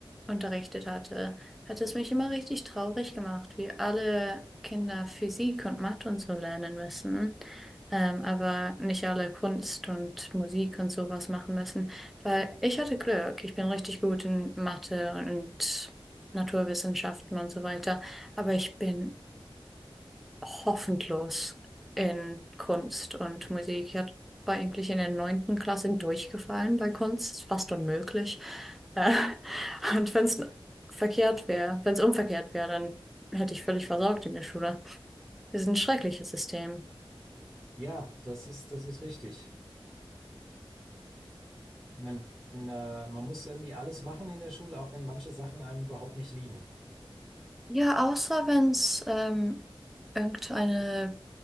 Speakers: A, in the centre; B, on the right.
A: unterrichtet hatte, hat es mich immer richtig traurig gemacht, wie alle Kinder Physik und Mathe und so lernen müssen, ähm, aber nicht alle Kunst und Musik und sowas machen müssen, weil ich hatte Glück. Ich bin richtig gut in Mathe und Naturwissenschaften und so weiter, aber ich bin hoffnungslos in Kunst und Musik. Ich hab- war eigentlich in der neunten Klasse durchgefallen bei Kunst, fast unmöglich. Äh, <laughs> und wenn es verkehrt wäre, wenn es umverkehrt wäre, dann hätte ich völlig versagt in der Schule. Das ist ein schreckliches System.
B: Ja, das ist, das ist richtig. Man, äh, man muss irgendwie alles machen in der Schule, auch wenn manche Sachen einem überhaupt nicht liegen.
A: Ja, außer wenn es ähm, irgendeine